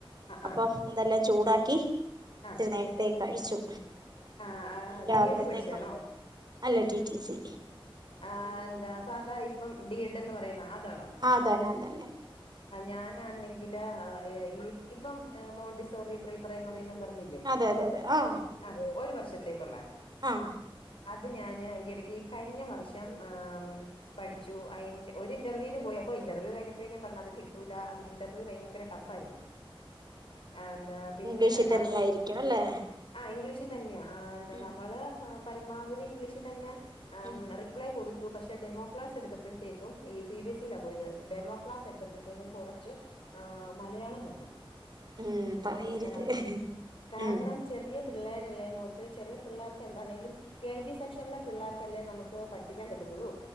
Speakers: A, on the right; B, on the left.
A: അപ്പൊ
B: ആഹ്
A: ഇതെല്ലാം ചൂടാക്കി ഇത്തിരി
B: ആഹ്
A: നേരത്തേ കഴിച്ചു
B: ആഹ് ആഹ്
A: നീ രാവിലത്തേക്ക്
B: ബി എ ഡ് പഠിച്ചാണോ
A: അല്ല ടി ടി സി
B: ആഹ് എന്താ സാധാ ഇപ്പം ഡി എഡ് എന്ന് പറയുന്ന അതാണോ
A: ആ അതന്നെ അതന്നെ
B: <unintelligible> ആ ഞാനാണെങ്കില് ഈ ഇപ്പം മോണ്ടിസോറി പ്രീ പ്രൈമറിന്നും പറഞ്ഞില്ലേ
A: അതെ അതെ അതെ ആ
B: ആഹ് ഒരു വർഷത്തേക്കുള്ള
A: ആഹാ
B: അത് ഞാന് ഈയിടക്ക് കഴിഞ്ഞ വർഷം ആഹാ പഠിച്ചു അയിന്റെ ഒരു ഇന്റർവ്യൂന് പോയി അപ്പോ ഇന്റർവ്യൂ കഴിഞ്ഞപ്പോഴേ ഞാൻ പറഞ്ഞു അത് കിട്ടൂല അതിന്റെ ഇന്റർവ്യൂ ഭയങ്കര ടഫ് ആയിരുന്നു ആഹാ എന്താ പിന്നെ
A: ഇംഗ്ലീഷിൽ
B: രണ്ടാമത്തെ
A: തന്നെ ആയിരിക്കും അല്ലെ
B: ആഹാ ഇംഗ്ലീഷ് തന്നെയാ ആഹാ എന്താ
A: ഉം
B: നമ്മള് പരമാവധി ഇംഗ്ലീഷ് തന്നെ ആഹം
A: ഉം
B: റിപ്ലൈ കൊടു എടുത്തു പക്ഷെ ഡെമോ ക്ലാസ് എടുത്തപ്പഴത്തേക്കും ഈ സി ബി എസ്ഇയിലാ പോയത് ഡെമോ ക്ലാസ് എടുത്തപ്പഴത്തേക്കും കുറച്ച് ആഹാ മലയാളം പറഞ്ഞു
A: ഉം പറയരുത്
B: ഏഹ് കാരണം
A: ഉം
B: ചെറിയ പിള്ളേരല്ലേനോർത്ത് ചെറിയ പിള്ളേർക്ക് എന്താണേലും കെ ജി സെക്ഷനിലെ പിള്ളേർക്ക് ല്ലേ നമുക്ക് പഠിപ്പിക്കാൻ പറ്റത്തുള്ളൂ